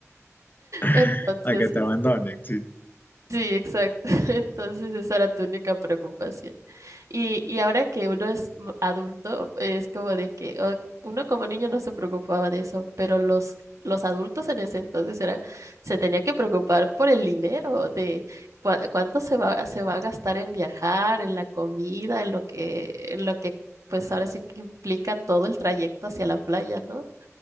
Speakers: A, on the left; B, on the right.
A: <laughs>
B: Entonces,
A: a que te
B: es-
A: abandonen. sí.
B: sí, exacto. <laughs> Entonces esa era tu única preocupación. Y, y ahora que uno es m- adulto, es como de que o- uno como niño no se preocupaba de eso, pero los, los adultos en ese entonces era, se tenía que preocupar por el dinero, de cua- cuánto se va, se va a gastar en viajar, en la comida, en lo que, en lo que, pues ahora sí que implica todo el trayecto hacia la playa, ¿no?